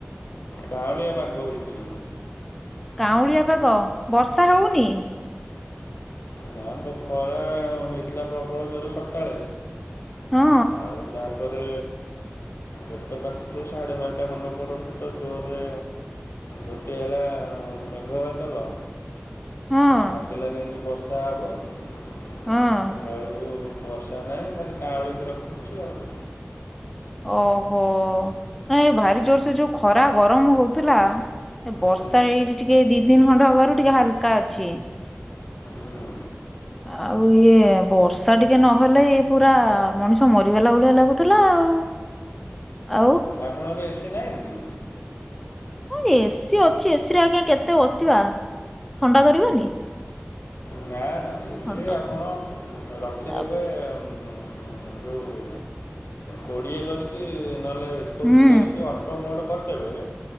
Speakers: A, on the left; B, in the centre.
A: କାଉଁଳିଆ ପାଗ ହେଇଚି।
B: କାଉଁଳିଆ ପାଗ ବର୍ଷା ହଉନି।
A: ନା ବ ଖରା ହେଇଥିଲା ପ୍ରବଳ ଜୋରେ ସକାଳେ
B: ହଁ
A: ଆଉ ତା ପରେ ଗୋଟେ ପାଖରୁ ସାଢ଼େ ବାରଟା ଖଣ୍ଡ ପରଠୁ ତ ଜୋରେ ଘୋଟି ଆଇଲା ମେଘବାଦଲ।
B: ହଁ
A: ଲାଗିଲା ଯେମିତି ବର୍ଷା ହବ ଦେଖିଲା
B: ହଁ
A: ବେଳକୁ ବର୍ଷା ନାହିଁ ଖାଲି କାଁଳକି ରଖିଛି ଆଉ।
B: ଓହୋ ନାଇଁ ଭାରି ଜୋରସେ ଯୋଉ ଖରା ଗରମ ହଉଥିଲା ଏ ବର୍ଷା
A: ହୁଁ
B: ଏଇଠି ଟିକେ ଦି ଦିନ ଖଣ୍ଡ ହବାରୁ ଟିକେ ହାଲକା ଅଛି।
A: ହୁଁ
B: ଆଉ ଇଏ ବର୍ଷା ଟିକେ ନହଲେ ଇଏ ପୁରା ମଣିଷ ମରିଗଲା ଭଳିଆ ଲାଗୁ ଥିଲା ଆଉ ଆଉ।
A: ଆପଣଙ୍କ ଘରେ ଏସି ନାହିଁ କି?
B: ହଁ ଏସିି ଅଛି ଏସି ରେ ଆଜ୍ଞା କେତେ ବସିବା ଥଣ୍ଡା ଧରିବନି।
A: ନା ନା ଏସି
B: ଥଣ୍ଡା
A: ରେ ଆପଣ ରଖିଦେବେ
B: ତା
A: ଉଁ ଯୋଉ କୋଡ଼ିଏ କରି ରିକି ନହେଲେ ଏକୋଇଶି
B: ହୁଁ
A: କରିକି ଅଟୋ ମୋଡ୍ କରିଦେବେ